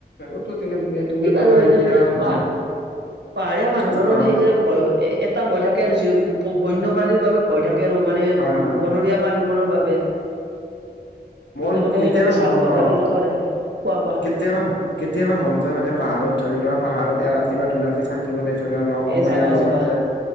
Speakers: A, on the left; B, on the right.
A: আগতো তেনেদৰে তুমি
B: ঠিক
A: কলা
B: আৰু সেইদৰে
A: এতিয়া
B: পাহ
A: অ
B: পাহাৰীয়া মানুহবোৰৰ
A: যা- অ
B: সেইদৰে ভয় এটা ভয় থাকে আৰু জী বন্যপ্ৰাণীৰ বাবে ভয় থাকে আৰু মানে
A: হয়
B: বনৰীয়া
A: হয় হয়
B: প্ৰানীবোৰৰ বাবে।
A: মন
B: তেওঁলোকে
A: কেতিয়াবা
B: সেইবাবে চাংঘৰ
A: ম অ
B: পাতি থাক‌ও দেখা যায়। কোৱা কোৱা।
A: কেতিয়াবা কেতিয়াবা মনযাই মানে পাহাৰত ধৰি লোৱা পাহাৰত এ ৰাতি বা দু ৰাতি থাকি কিমানে থাকা লগ সমনীয়াৰ
B: এ যাবা
A: লগত
B: যাবা
A: মানে-